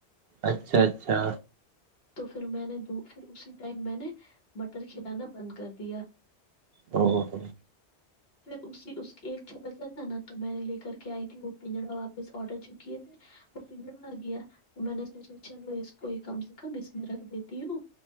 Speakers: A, on the right (about 65°); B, on the left (about 60°).
A: اچھا اچھا
B: تو پھر میں نے پھر اسی ٹائم میں نے مٹر کھلانا بند کر دیا
A: او ہ
B: پھر اسی اس ایک جو بچا تھا نا تو میں نے لے کر کے آئی تھی وہ پنجرا واپس آڈر جو کیے
A: ج
B: تھے وہ پنگڑا آ گیا تو میں نے سوچا چلو اس کو کم سے کم اس میں رکھ دیتی ہوں